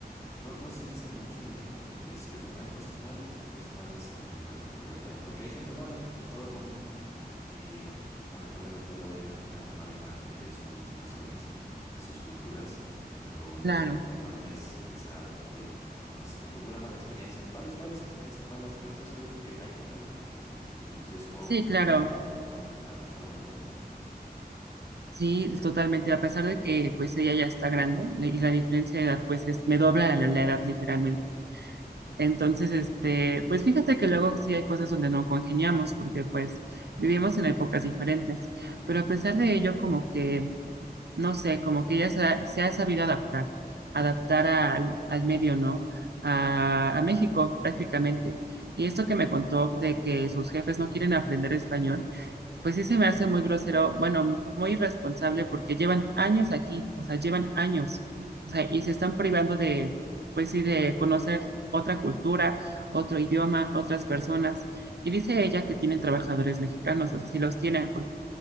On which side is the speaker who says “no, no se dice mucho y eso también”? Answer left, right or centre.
Left